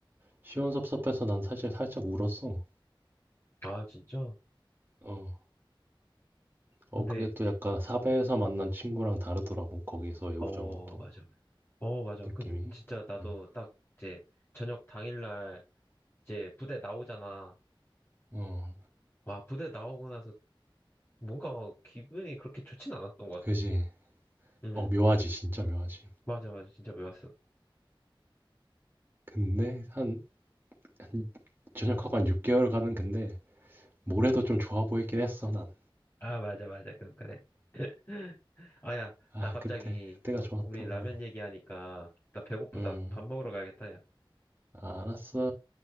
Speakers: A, on the right (about 25°); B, on the left (about 25°).
A: 시원섭섭해서 난 살짝 살짝 울었어.
B: 아, 진짜?
A: 어,
B: 근데,
A: 어, 그게 또 약간 사배에서 만난 친구랑 다르더라고. 거기서의
B: 어,
A: 우정은 또
B: 맞아. 어, 맞아.
A: 느낌이.
B: 근데 진짜 나도
A: 어,
B: 딱 이제 저녁 당일날 이제 부대 나오잖아.
A: 어,
B: 와, 부대 나오고 나서 뭔가 기분이 그렇게 좋진 않았던 것
A: 그지.
B: 같아. 응,
A: 어, 묘하지. 진짜 묘하지.
B: 맞아, 맞아. 진짜 배웠어.
A: 근데 한, 한 전역하고 한 6개월 가는 근데 모래도 좀 좋아 보이긴 했어, 난.
B: 아, 맞아, 맞아. 그럼 그래. <laughs> 아, 야,
A: 아,
B: 나 갑자기,
A: 그때, 그때가
B: 우-
A: 좋았다.
B: 우리
A: 어.
B: 라면 얘기하니까, 나 배고프다.
A: 음,
B: 밥 먹으러 가야겠다, 야.
A: 알았어.